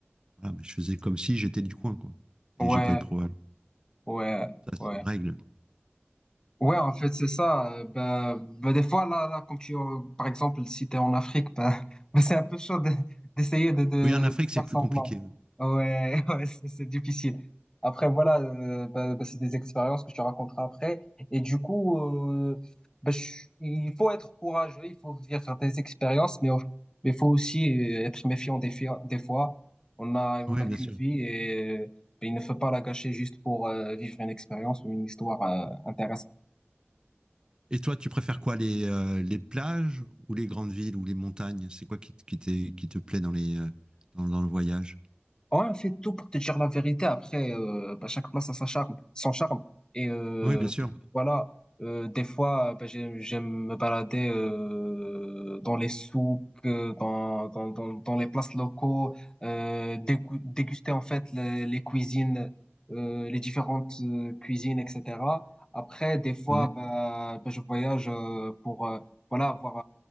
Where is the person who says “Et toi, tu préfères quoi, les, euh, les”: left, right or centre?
Right